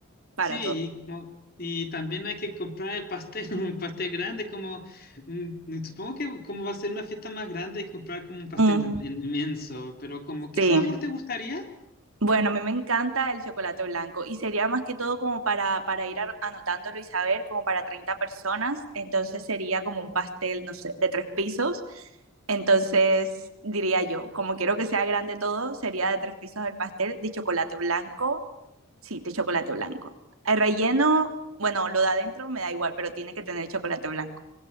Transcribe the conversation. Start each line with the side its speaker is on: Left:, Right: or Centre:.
Right: para
Left: Sí,
Right: todos.
Left: y como y también hay que comprar el pastel, <laughs> un pastel grande como mm, supongo que como va a ser una fiesta más grande hay que comprar como un pastel
Right: Mm,
Left: in- inmenso, pero como ¿qué
Right: Sí.
Left: sabor te gustaría?
Right: Bueno, a mí me encanta el chocolate blanco y sería más que todo como para, para ir a- anotándolo y saber, como para 30 personas, entonces sería como un pastel, no sé, de tres pisos, entonces diría yo, como quiero que sea grande todo, sería de tres pisos el pastel de chocolate blanco, sí, de chocolate blanco. El relleno, bueno, lo da adentro me da igual, pero tiene que tener chocolate blanco